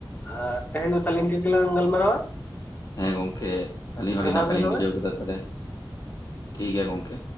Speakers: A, on the left; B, on the left.
A: ᱟᱨ ᱛᱮᱦᱮᱧ ᱫᱚ ᱛᱟᱦᱞᱮ ᱤᱱᱠᱟᱹ ᱜᱮᱞᱟᱝ ᱜᱟᱞᱢᱟᱨᱟᱣᱟ
B: ᱦᱮᱸ ᱜᱚᱝᱠᱮ ᱟᱹᱞᱤᱧ ᱟᱹᱰᱤ
A: ᱡᱚᱦᱟᱨ
B: ᱱᱟᱯᱟᱭ
A: ᱜᱮ
B: ᱞᱤᱧ
A: ᱛᱚᱵᱮ
B: ᱵᱩᱡᱷᱟᱹᱣ ᱠᱮᱫᱟ ᱛᱟᱦᱚᱞᱮ ᱴᱷᱤᱠ ᱜᱮᱭᱟ ᱜᱚᱝᱠᱮ